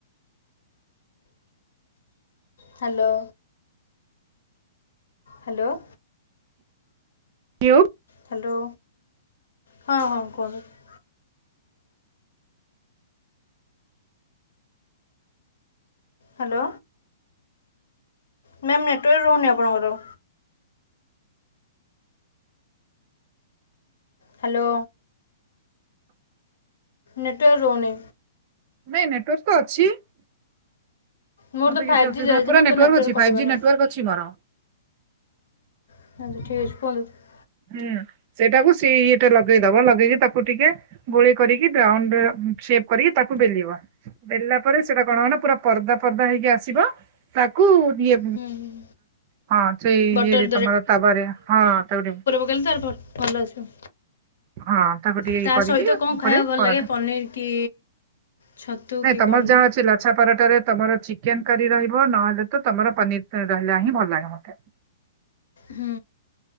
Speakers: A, on the left; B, on the right.
A: Hello. Hello.
B: You.
A: Hello ହଁ ହଁ କୁହନ୍ତୁ। ହ୍ୟାଲୋ ମ୍ୟାମ୍ ନେଟୱାର୍କ ରହୁନି ଆପଣଙ୍କର। ହ୍ୟାଲୋ ନେଟୱାର୍ ରହୁନି।
B: ନାଇଁ ନେଟୱାର ନେଟୱର୍କ ତ ଅଛି।
A: ମୋର
B: ମତେ
A: ତ
B: କିଛି
A: ଫାଇଭ୍
B: ଅସବିଧା
A: ଜି ଚାଲିଛି
B: ହୋଇପାରେନାହିଁ
A: ନା
B: ନେଟୱାର୍କ
A: ତ
B: ଅଛି
A: କଟିବନି
B: ଫାଇଭ୍ ଜି ନେଟୱାର୍କ ଅଛି ମୋର।
A: <unintelligible>
B: ହୁଁ ସେଇଟାକୁ ସି ଇଟା ଲଗେଇଦବ ଲଗେଇକି ତାକୁ ଟିକେ ଗୋଳେଇ କରିକି ତ ଅଣ୍ଡ ସେପ କରିକି ତାକୁ ବେଲିବ। ବେଲା ପରେ ସେଇଟା କଣ ହବ ନା ପୁରା ପର୍ଦା ପର୍ଦା ହେଇକି ଆସିବ। ତାକୁ ଏ
A: ହୁଁ ହୁଁ।
B: ହଁ ସେଇ ଇଏରେ
A: ବଟର
B: ତମର ତାୱା ରେ ହଁ ତାକୁ
A: କେମିତି ଅଛ, ଭଲ ଅଛ।
B: ହଁ ତାକୁ ଟିକେ
A: ତା
B: ଇଏ କରିକି
A: ସହିତ କଣ
B: ଉପରେ
A: ଖାଇବା ଭଲ
B: ପରଟା
A: ଲାଗେ ପନିର କି? ଛତୁ
B: ନାଇଁ
A: କି
B: ତମର
A: କଣ ବି
B: ଯାହା ଅଛି ଲାଛାପରଟାରେ ତମର ଚିକେନ କରି ରହିବ ନହେଲେ ତ ତମର ପନିର ରହିଲା ହିଁ ଭଲ ଲାଗେ ମତେ।
A: ହୁଁ।